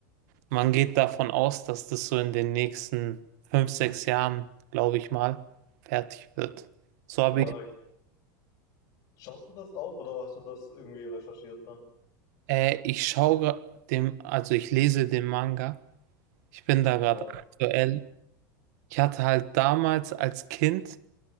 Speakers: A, on the right; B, on the left.
A: Man geht davon aus, dass das so in den nächsten 5, 6 Jahren, glaube ich mal, fertig wird. So habe
B: Ja,
A: ich,
B: ich, schaust du das auch oder hast du das irgendwie recherchiert dann?
A: äh, ich schaue dem, also ich lese den Manga. Ich bin da gerade
B: Boah,
A: aktuell. Ich hatte halt damals als Kind